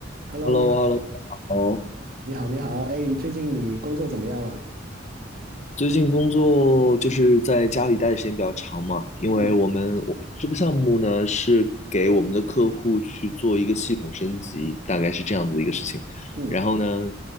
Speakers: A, on the right; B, on the left.
A: Hello，
B: h e l l
A: 你好，
B: o h e l l o 好，
A: 你好，你好，哎，最近你工作怎么样啊？
B: 最近工作就是在家里待的时间比较长嘛，因为我们我们这个项目呢是给我们的客户去做一个系统升级，
A: 嗯
B: 大概是这样子的一个事情。
A: 嗯，
B: 然后呢，